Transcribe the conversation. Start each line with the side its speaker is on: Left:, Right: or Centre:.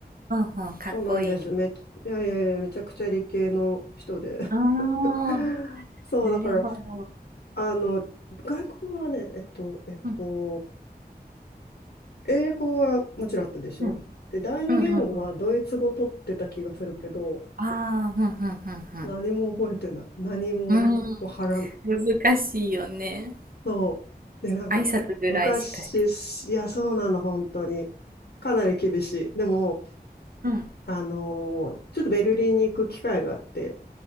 Right: うんうん、かっこいいね。
Left: そうなんです。めっち、いやいやいや、めちゃくちゃ理系の人で。
Right: ああ、
Left: <laughs> そう、
Right: なるほど。
Left: だから、あの、外国はね、えっと、えっと、
Right: うん、
Left: 英語はもちろんあったでしょで、
Right: うん、う
Left: 第二言語はドイツ語取ってた気がするけど、
Right: ん、うん。うんああ、うん、
Left: 何も覚えてない。何もわからない。
Right: うん、うん、うん。うん、難しいよね。
Left: そう。で、なんか、
Right: 挨拶ぐらいしかして。
Left: 昔、いや、そうなの、本当に。かなり厳しい。でも、
Right: うん。う
Left: あのーちょっとベルリンに行く機会があって、